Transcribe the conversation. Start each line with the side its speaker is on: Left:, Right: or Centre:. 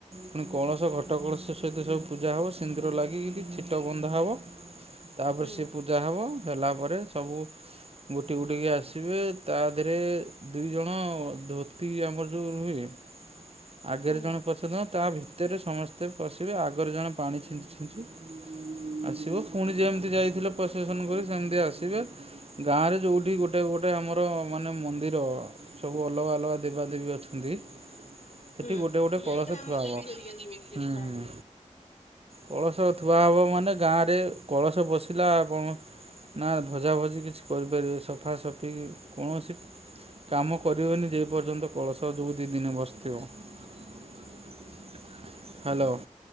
Right: ପୁଣି କଳସ ଘଟ କଳସ ସହିତ ସବୁ ପୂଜା ହବ ସିନ୍ଦିୁର ଲାଗିକିରି ଛିଟ ବନ୍ଧା ହେବ। ତାପରେ
Left: ହୁଁ
Right: ସେପୂଜା ହବ ହେଲା ପରେ ସବୁ ଗୋଟି ଗୋଟିକି ଆସିବେ ତା ଧିରେ ଦୁଇ ଜଣ ଧୋତି ଆମର ଯୋଉ ନୁହେଁକି? ଆଗରେ
Left: ହୁଁ
Right: ଜଣେ ପଛରେ ଜଣେ ତା ଭିତରେ ସମସ୍ତେ ପଶିବେ, ଆଗରେ ଜଣେ ପାଣି ଛିଞ୍ଚି ଛିଞ୍ଚି ଆସିବ ପୁଣି ଯେମିତି ଯାଇଥିଲ ପ୍ରଶେଷନ କରି ସେମିତି ଆସିବେ। ଗାଁ ରେ ଯୋଉଠି ଗୋଟେ ଗୋଟେ ଆମର ମାନେ ମନ୍ଦିର ସବୁ ଅଲଗା ଅଲଗା ଦେବାଦେବୀ ଅଛନ୍ତି। ସେଠି
Left: ହୁଁ
Right: ଗୋଟେ ଗୋଟେ କଳସ
Left: ଏ ଗ୍ରାମ
Right: ଥୁଆ ହବ।
Left: ଦେବୀ ଘରିକା ଯୋ
Right: ହୁଁ
Left: ଯେମିତି ଥାନ୍ତି।
Right: ହୁଁ। କଳସ ଥୁଆ ହବ ମାନେ ଗାଁରେ କଳସ ବସିଲା ବଣ ନାଁ ଭଜାଭଜି କିଛି କରିପାରିବେ ସଫାସଫି କୌଣସି କାମ କରିବେନି ଯେ ଯେପର୍ଯ୍ୟନ୍ତ କଳସ ଯୋଉ ଦିଇ ଦିନି ବସିଥିବ ହ୍ୟାଲୋ?